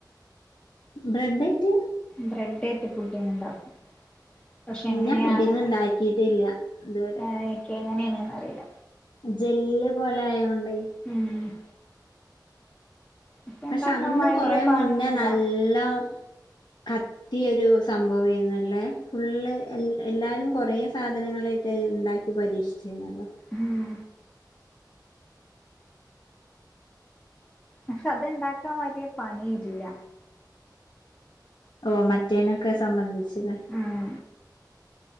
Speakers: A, on the left (about 75°); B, on the left (about 15°).
A: ബ്രെഡ് ആയ്ട്ട്
B: ബ്രെഡായിട്ട് പുഡിങ് ഇണ്ടാക്കും. പക്ഷെ എങ്ങനെയാണ്ന്ന്
A: ഞാൻ പുഡിങ് ഉണ്ടാക്കിട്ടില്ല ഇതുവരെ
B: ആഹ് ഇൻക്ക് എങ്ങനേണ്ന്ന് അറീല്ല.
A: ജെല്ല് പോലെ ആയോണ്ടേ
B: ഉം. ഇപ്പ
A: പക്ഷെ
B: ഉണ്ടാക്കാൻ
A: അന്ന്
B: വലിയ
A: കുറ
B: പണിയൊന്നുല്ല
A: മുന്നേ നല്ലോം ആഹ് പുതിയൊരു സംഭവേന്നുല്ലേ? ഫുള്ള് എല്ല് എല്ലാരും കുറെ സാധനങ്ങളായിട്ടത് ഇണ്ടാ ക്കി പരീക്ഷിച്ചീന്നല്ലോ?
B: ഉം പക്ഷെ അത്ണ്ടാക്കാ വലിയ പണിയില്ല.
A: ഓഹ് മറ്റേനൊക്കെ സംബന്ധിച്ച് ല്ലേ?
B: ഉം